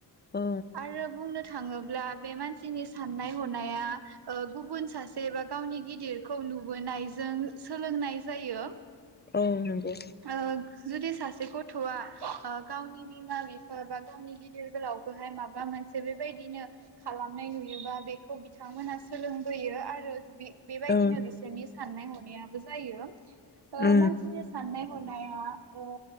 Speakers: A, on the left (about 25°); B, on the right (about 70°).
A: औ
B: आरो बुंनो थाङोब्ला बे मानसिनि साननाय हनाया ओ गुबुन सासे बा गावनि गिदिरखौ नुबोनाय जों सोलोंनाय जायो।
A: औ नंगौ
B: ओ जुदि सासे गथ'आ ओ गावनि बिमा बिफा बा गावनि गिदिर गोलावखौहाय माबा मोनसे बेबायदिनो खालामनाय नुयोबा बे खौ बिथांमोना सोलोंबोयो आ रो बि बेबायदिनो
A: औ
B: बिसोरनि साननाय हनायाबो जायो । ओ
A: उम
B: मानसिनि साननाय हनाया ओ